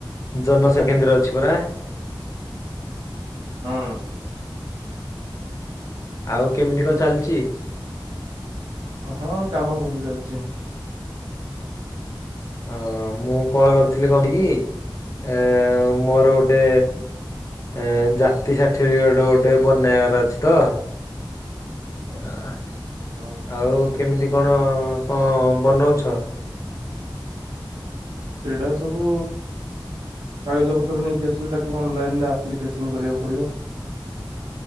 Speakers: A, on the left; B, on the right.
A: ଜନସେବା କେନ୍ଦ୍ର ଅଛି ପରା।
B: ହଁ।
A: ଆଉ କେମିତି କଣ ଚାଲଚି?
B: ହଁ କାମ ଭଲ ଚାଲିଚି।
A: ଅ ହ ମୁଁ କଲ କରିଥିଲି କଣ କି ଏ ମୋର ଗୋଟେ ଏ ଜାତି ସାର୍ଟିଫିକେଟ ଗୋଟେ ବନେଇଆର ଅଛି ତ। <unintelligible>
B: ହଁ।
A: ଆଉ କେମିତି କଣ କଣ ବନଉଛ?
B: ସେଇଟା ସବୁ କାଗଜପତ୍ର ନେଇକି ଆସିଲେ ତାକୁ ଅନଲାଇନ ରେ ଆପ୍ଲିକେସନ କରିବାକୁ ପଡିବ।